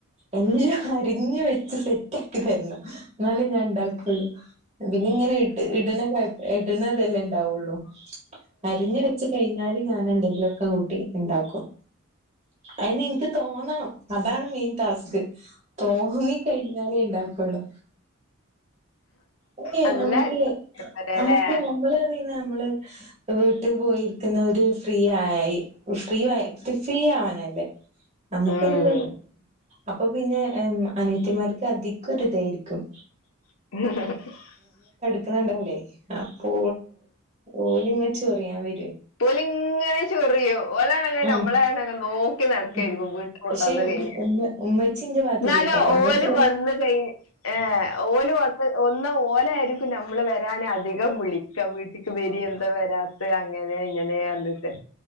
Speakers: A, on the right; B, on the left.
A: എല്ലാം അരിഞ്ഞഞ് വെച്ച് സെറ്റ ആക്കി തരണം എന്നാലും ഞാ ഉണ്ടാ ഉ പിന്നെ ഇങ്ങനെ ഇ് ഇട ഇടുന്നതെല്ലാം ഇണ്ടാവുള്ളു അരിഞ്ഞഞ് വെച്ച് കഴിഞ്ഞാല് ഞാൻ എന്റെെല്ലൊക്കെ കൂട്ടി ഉണ്ടാക്കും അെ എനിക്ക് തോന്നണം അതാണ് മീൻ ടാസ്ക് തോന്നിക്കഴിഞ്ഞാലേ ഇണ്ടാാകൂ കൊള്ളം ഏ
B: അല്ല
A: നമുക്ക്
B: അല്ലേ
A: നമ്മുക്ക് നമ്മളറ നമ്മള് വീട്ടിൽ പോയിരിക്കുന്നര് ഫ്രീ ആയി ഫ്രീ ഫ്രീ ആവാനല്ലേ നമുക്കൊരു
B: ഉം
A: അപ്പൊ പിന്നെ അനേത്തിമാർക്ക് അധികംരി ഇതായിരിക്കും
B: ആ
A: ുന്നുണ്ടല്ലേ അപ്പോ ഓലിങ്ങ ചോറിയാൻ വ
B: പോലി ഇങ്ങനെ ചെറിയോ ഓ
A: ആഹ്
B: നമ്മളെണ നോ ക്കെ നടക്കായിരിക്കും
A: ആഹ്
B: പോയി
A: പക്ഷെ
B: വന്ന
A: ഉമ്മ
B: കഴിഞ്ഞ
A: ഉമ്മ ഉമ്മച്ചിന്റെ ഭാഗത്ത്ക്കേക്കാരം
B: എന്നാല ഓല്
A: ഉമ്മച്ചി പറയും
B: വന്ന് കഴി ഏ ഓല് വന്ന് ഒന്ന ഓലായിരിക്കും നമ്മള് വ ൻ അധികം വിളിക്കാം വീട്ടിക്ക് വരി എന്താ വരാത്ത അങ്ങനെ ഇങ്ങനെയന്നിട്ട്